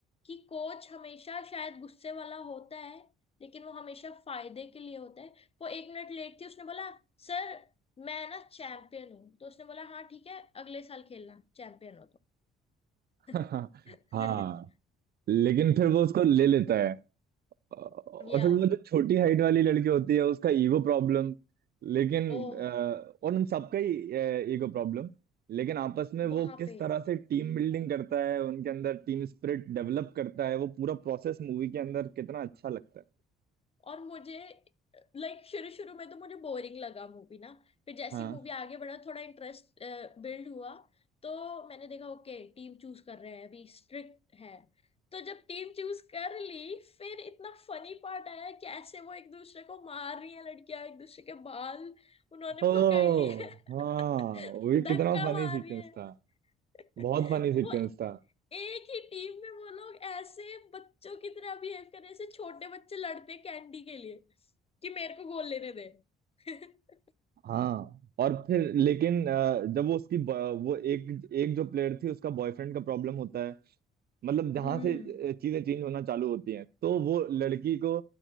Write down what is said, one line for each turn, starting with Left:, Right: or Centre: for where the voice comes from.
Left: कि कोच हमेशा शायद गुस्से वाला होता है लेकिन वो हमेशा फायदे के लिए होता है वो एक मिनट लेट थी उसने बोला सर मैं ना चैंपियन हूँ तो उसने बोला हाँ ठीक है अगले साल खेलना चैंपियन हो तो। <laughs>
Right: हाँ लेकिन फिर वो उसको ले लेता है और
Left: या
Right: फिर वो जो छोटी हाइट वाली लड़की होती है उसका ईगो प्रॉब्लम लेकिन
Left: ओह
Right: अ, और उन सबका ही ईगो प्रॉब्लम लेकिन आपस में वो
Left: वहां
Right: किस
Left: पे
Right: तरह से टीम बिल्डिंग करता है उनके अंदर टीम स्पिरिट डेवलप करता है वो पूरा प्रोसेस मूवी के अंदर कितना अच्छा लगता है
Left: और मुझे लाइक शुरू शुरू में तो मुझे बोरिंग लगा मूवी ना फिर जैसी
Right: हाँ
Left: मूवी आगे बढ़ा थोड़ा इंटरेस्ट बिल्ड हुआ तो मैंने देखा ओके टीम चूज कर रहे हैं अभी स्ट्रिक्ट है तो जब टीम चूज कर ली फिर इतना फनी पार्ट आया कि ऐसे वो एक दूसरे को मार रही है लड़कियां एक दूसरे के बाल उन्होंने
Right: ओ
Left: पकड़ लिए
Right: हाँ
Left: <laughs>
Right: वो भी कितना
Left: धक्का
Right: फनी
Left: मार
Right: सीक्वेंस
Left: रही है
Right: था
Left: <laughs>
Right: बहुत
Left: वो
Right: फनी सीक्वेंस था
Left: एक ही टीम में वो लोग ऐसे बच्चों की तरह बिहेव कर रहे हैं, ऐसे छोटे बच्चे लड़ते हैं कैंडी के लिए कि मेरे को गोल लेने दे <laughs>
Right: हाँ और फिर लेकिन अ, जब वो उसकी ब- वो एक एक जो प्लेयर थी उसका बॉयफ्रेंड का प्रॉब्लम होता है मतलब जहां
Left: हम्म
Right: से अ, चीजें चेंज होना चालू होती हैं तो वो लड़की को